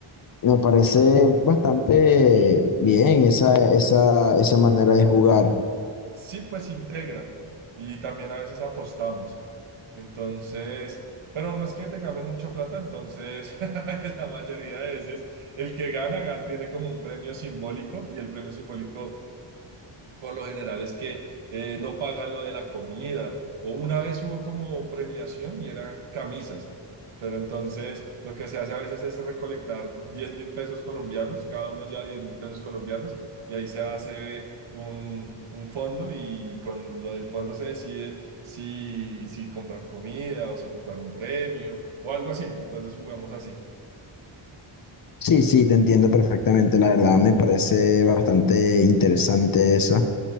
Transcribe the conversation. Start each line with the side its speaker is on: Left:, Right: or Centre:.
Left: me parece bastante bien esa, esa, esa manera de jugar.
Right: Sí, pues integra, y también a veces apostamos. Entonces, pero no es que tengamos mucha plata, entonces <laughs> la mayoría de veces el que gana, gan- tiene como un premio simbólico, y el premio simbólico por lo general es que eh, no paga lo de la comida. O una vez hubo como premiación y era camisas. Pero entonces lo que se hace a veces es recolectar diez mil pesos colombianos, cada uno lleva diez mil pesos colombianos y ahí se hace un, un fondo y con lo del fondo se decide si, si comprar comida o si comprar un premio o algo así. Entonces jugamos así.
Left: Sí, sí, te entiendo perfectamente, la verdad me parece bastante interesante eso.